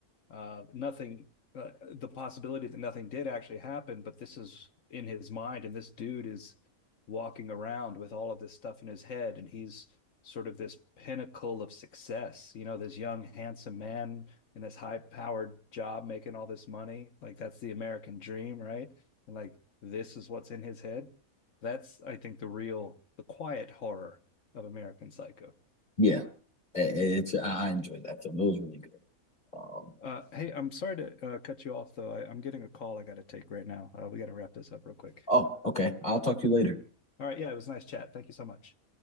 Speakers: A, on the left (about 60°); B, on the left (about 35°).
A: uh, nothing, uh, the possibility that nothing did actually happen, but this is in his mind, and this dude is walking around with all of this stuff in his head, and he's sort of this pinnacle of success, you know, this young, handsome man in this high-powered job making all this money. Like that's the American dream, right? And like this is what's in his head. That's, I think, the real, the quiet horror of American Psycho.
B: Yeah. It, it's I I enjoyed that film. It was really good. Um,
A: Uh, hey, I'm sorry to uh, cut you off, though. I, I'm getting a call I got to take right now. Uh, we got to wrap this up real quick.
B: oh, okay. I'll talk to you later.
A: All right. Yeah, it was nice chat. Thank you so much.